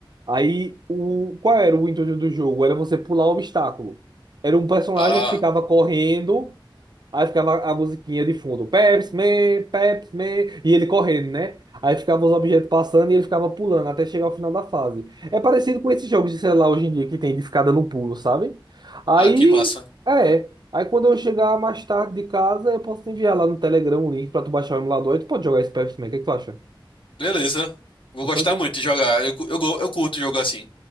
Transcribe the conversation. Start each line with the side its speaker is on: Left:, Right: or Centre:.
Right: Aí, o... qual era o intuito do jogo? Era você pular o obstáculo. Era um personagem
Left: Ah,
Right: que ficava correndo. Aí ficava a musiquinha de fundo, Pepsi Man, Pepsi Man, e ele correndo, né? Aí ficava os objetos passando e ele ficava pulando até chegar ao final da fase. É parecido com esses jogos de celular hoje em dia que tem de ficar dando pulo, sabe? Aí,
Left: ah, que massa.
Right: é. Aí quando eu chegar mais tarde de casa, eu posso te enviar lá no Telegram um link pra tu baixar o emulador e tu pode jogar esse Pepsi Man. O que é que tu acha?
Left: Beleza. Vou
Right: Ah,
Left: gostar
Right: pois então
Left: muito de jogar. Eu, cu- eu, go- eu curto jogo assim.